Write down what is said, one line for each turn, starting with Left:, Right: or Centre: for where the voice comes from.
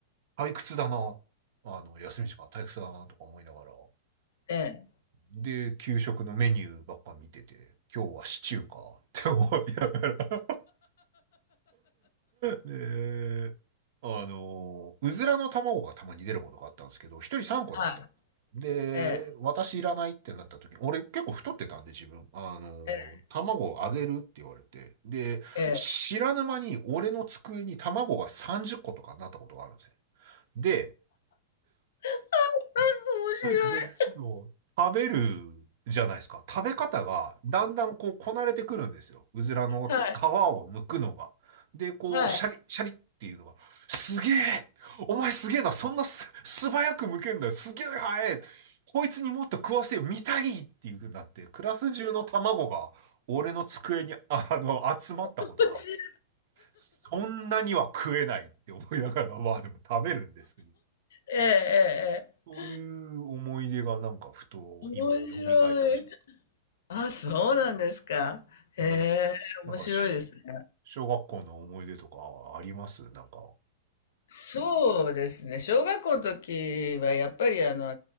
Right: 退屈だな、あの、休み時間退屈だなとか思いながら、
Left: ええ。
Right: で、給食のメニューばっか見てて、今日はシチューかって思いながらで、あの、うずらの卵がたまに出ることがあったんですけど、一人3個だった。
Left: はい。
Right: で、
Left: ええ。
Right: 私いらないってなった時に、俺結構太ってたんで自分、あの、
Left: ええ
Right: 卵をあげるって言われて、で、
Left: ええ。
Right: 知らぬ間に俺の机に卵が30個とかになったことがあるんですよ。で、
Left: あ面白い。
Right: で、そう、食べるじゃないですか。食べ方がだんだんこうこなれてくるんですよ。うずらの皮を剥くのが。
Left: はい。
Right: で、こう、
Left: はい。
Right: シャリ、シャリっていうのが、すげえお前すげえな、そんなす素早く剥けんだよ。すげえ早いこいつにもっと食わせよ、見たいっていう風になって、クラス中の卵が俺の机に、あの、集まったことが、
Left: 面白い。
Right: そんなには食えないって思いながら、まあでも食べるんですけど。
Left: ええええええ。
Right: そういう思い出がなんかふと今蘇りました。
Left: 面白い。あ、そうなんですか。へえ、
Right: うん、
Left: 面白いですね。
Right: なんかし小学校の思い出とかありますなんか。
Left: そうですね。小学校の時はやっぱりあの、